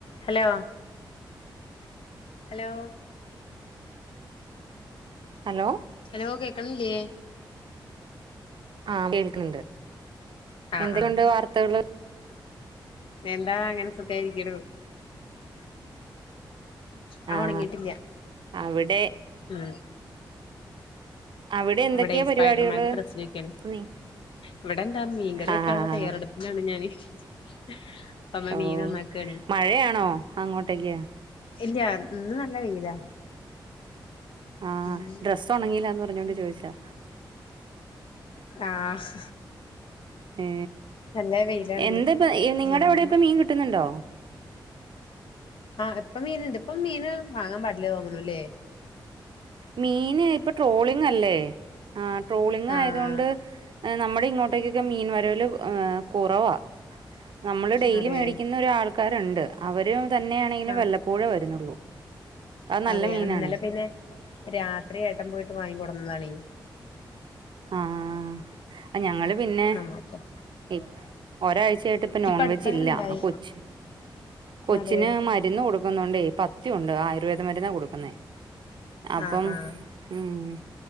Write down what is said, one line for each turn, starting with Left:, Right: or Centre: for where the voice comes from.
Left: Hello hello
Right: hello
Left: hello കേക്കണില്ല്യേ?
Right: ആ കേൾക്കുണുണ്ട്,
Left: ആഹ്
Right: എന്തൊക്കെയുണ്ട്
Left: ആഹ്
Right: വാർത്തകള്?
Left: എന്താ, അങ്ങനെ സുഖായിരിക്കിണു. ആ
Right: ആഹ്
Left: ഒണങ്ങീട്ടില്യ
Right: അവിടെ
Left: മ്
Right: അവിടെ എന്തൊക്കെയാ
Left: ഇവിടെ
Right: പരിപാടികള്
Left: സ്പൈഡർമാന്റെ ഡ്രസ്സ് ചോയ്ക്കാണ്.
Right: നീ
Left: ഇവിടെ എന്താ മീൻകറി
Right: ആഹ്
Left: വെയ്ക്കാനുള്ള തയ്യാറെടുപ്പിലാണ് ഞാന്. <inaudible> <unintelligible>
Right: ഓ
Left: മീൻ നന്നാക്കാണേ
Right: മഴയാണോ അങ്ങോട്ടേക്ക്?
Left: ഇല്ല്യ ഇന്ന് നല്ല വെയിലാ.
Right: ആ
Left: ഉം
Right: ഡ്രസ്സ് ഉണങ്ങീല്ലന്ന് പറഞ്ഞോണ്ട് ചോയിച്ചാ.
Left: ആഹ്
Right: ഏ
Left: നല്ല വെയിലാണിന്ന്
Right: എന്താ ഇപ്പ നിങ്ങളടെ
Left: ഉം
Right: അവിടെയൊക്കെ ഇപ്പ മീൻ കിട്ടുന്നുണ്ടോ
Left: ആ ഇപ്പ മീൻ ഇണ്ട് ഇപ്പ മീന് വാങ്ങാൻ പാടില്ല തോങ്ങണല് ഇല്ലേ
Right: മീൻ ഇപ്പൊ ട്രോളിങ് അല്ലേ ആ ട്രോളിങ്
Left: ആഹ്
Right: ആയതുകൊണ്ട് നമ്മുടെ ഇങ്ങോട്ടേക്കൊക്കെ മീൻ വരല് ആ.. കുറവാ നമ്മള് ഡെയിലി
Left: അതെ
Right: മേടിക്കുന്ന ഒരാൾ.. ആൾക്കാരുണ്ട് അവര് തന്നെയാണെങ്കിലും
Left: ആഹ്
Right: വല്ലപ്പോഴും വരുന്നുള്ളൂ അത് നല്ല
Left: അതെ
Right: മീനാണേ
Left: ഇന്നലെ പിന്നെ- രാത്രി ഏട്ടൻ പോയിട്ട് വാങ്ങിക്കൊടന്നതാണീ..
Right: ആഹ് ഞങ്ങള് പിന്നെ
Left: നന്നാക്കാം
Right: ഇപ്പ് ഒരാഴ്ചയായിട്ട് ഇപ്പ നോൺവെജ്
Left: അടുത്തങ്ങനെ
Right: ഇല്ല
Left: ഇണ്ടായി
Right: കൊച്ചി കൊച്ചിന്
Left: അതെ
Right: മരുന്ന് കൊടുക്കുന്നോ ണ്ടേ പ ത്യുണ്ട് ആയുർവേദ മരുന്നാണ് കൊടുക്കുന്നെ അപ്പം
Left: ആഹ് ആഹ്
Right: മ്മ്